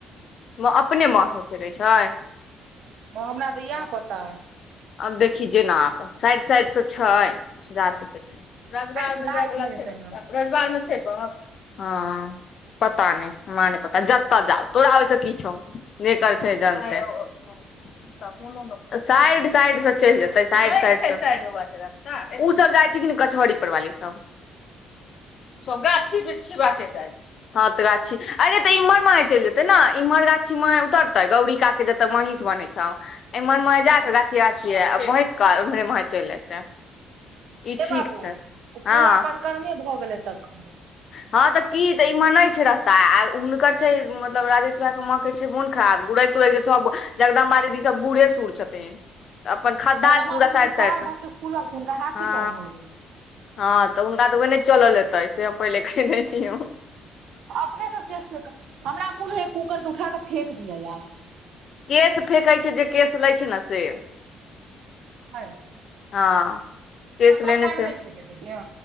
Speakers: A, on the left; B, on the right.
A: म अपने बांस म फेकै छै
B: हमरा तऽ इएह
A: हाँ
B: पता अइ
A: अब देखी जेना आबौ साइड साइड से छै जा सकै छै रजवाड़
B: अरे
A: मे
B: राति
A: जाय वला छै
B: एतै
A: रस्ता
B: ने
A: रजवाड़ में छै बहस हँ पता नहि हमरा नहि पता जतऽ जाउ तोरा ओहिसँ कि छौ जेकर छै जनतै <inaudible> साइड साइड से चईल जेतै साइड साइड स नय छय साइड बाटे रस्ता ओ सब जाइ छै कि न कचहरी पर वाली सब सब गाछी बिरछी बाटे जाय छय हँ तऽ गाछी अरे तऽ इमहर माहे चईल जेते न इम्हर गाछी माहे उतरते गौरीका के जत महीष बनेै छौ एम्हरमे जााकऽ गाछिए गाछिए आ बहैँक कऽ एमहरे माहे चईल एतै ई
B: हे
A: ठीक
B: बाबू
A: छै
B: ओ
A: हँ
B: पूरा परक्रमे भऽ गेलै तखन
A: हँ तऽ की तऽ इमहर नय छै रास्ता आ हुनकर छै मतलब राजेश भाय के माँ के छै मोन खाराब आब गुरै तुड़ै के सब जगदम्बा दीदी सब बूढ़े सूढ़ छथिन अपन खद्धा
B: जगदम्बा
A: छै पूरा
B: दीदी
A: साइड
B: के
A: साइडसँ
B: पैर बहुते फूलल छै हुनका हाथी
A: हँ
B: पाँव भऽ गेलै
A: हँ तऽ हुनका तऽ ओहिने चलल हैतै से हम पहिले कहि दयै छीऔ
B: अपने सभके हमरा मोन होइया कूकरकेँ उठा कऽ फेेक दियै आब
A: केश फेेकै छै जे केश लै छै ने से
B: <unintelligible>
A: हँ केश
B: जेना बदलामे
A: लेने छै
B: नहि खेलिये तेलिये